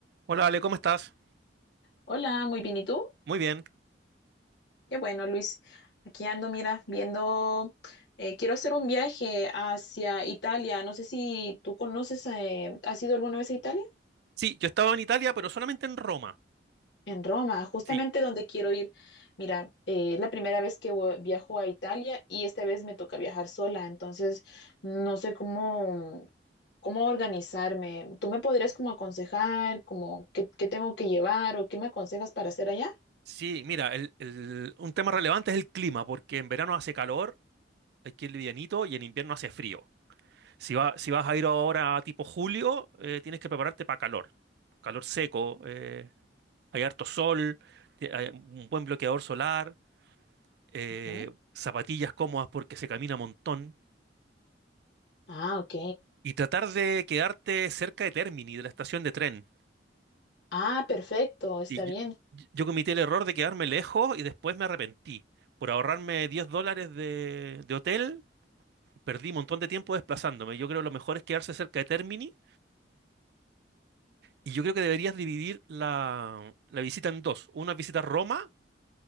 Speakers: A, on the right (about 60°); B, on the left (about 70°).
A: Hola Ale, ¿cómo estás?
B: Hola, muy bien. ¿Y tú?
A: Muy bien.
B: Qué bueno, Luis. Aquí ando, mira, viendo, eh, quiero hacer un viaje hacia Italia. No sé si tú conoces, eh, ¿has ido alguna vez a Italia?
A: Sí, yo estaba en Italia, pero solamente en Roma.
B: En Roma, justamente
A: Sí,
B: donde quiero ir. Mira, eh, es la primera vez que vo- viajo a Italia y esta vez me toca viajar sola, entonces no sé cómo, cómo organizarme. ¿Tú me podrías como aconsejar, como qué, qué tengo que llevar o qué me aconsejas para hacer allá?
A: sí, mira, el- el- un tema relevante es el clima, porque en verano hace calor, aquí es livianito, y en invierno hace frío. Si, va- si vas a ir ahora tipo julio, eh, tienes que prepararte para calor. Calor seco, eh, hay harto sol, ti- hay un buen bloqueador solar, eh,
B: Ujú.
A: zapatillas cómodas porque se camina un montón,
B: Ah, ok.
A: y tratar de quedarte cerca de Termini, de la estación de tren.
B: Ah, perfecto, está
A: Sí, yo,
B: bien.
A: yo cometí el error de quedarme lejos y después me arrepentí. Por ahorrarme 10 dólares de, de hotel, perdí un montón de tiempo desplazándome. Yo creo que lo mejor es quedarse cerca de Termini y yo creo que deberías dividir la, la visita en dos. Una visita a Roma